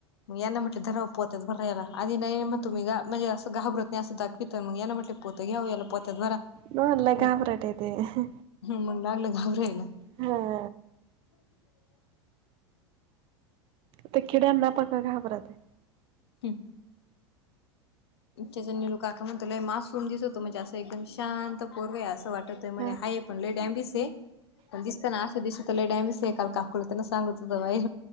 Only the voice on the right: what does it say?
मला लय
घाबरट आहे ते.
हं..
ते किड्यांना पण घाबरत आहे.
हा